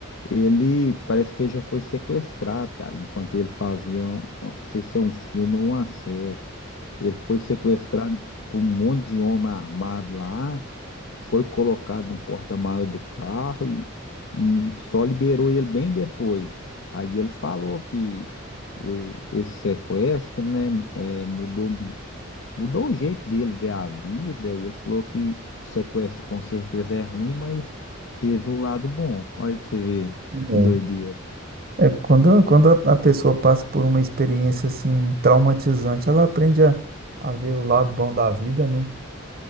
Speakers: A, on the left; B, on the right.
A: ele parece que ele já foi sequestrado, cara, enquanto ele fazia, um, não sei se é um filme ou uma série. Ele foi sequestrado por um monte de homem armado lá, foi colocado no porta-malas do carro e, e só liberou ele bem depois. Aí ele falou que o- esse sequestro, né, é, mudou, mudou o jeito dele ver a vida. E ele falou que o sequestro com certeza é ruim, mas teve o lado bom. Olha aí pra você ver
B: Hum.
A: que doideira.
B: É, quando, quando a a pessoa passa por uma experiência assim traumatizante, ela aprende a, a ver o lado bom da vida, né?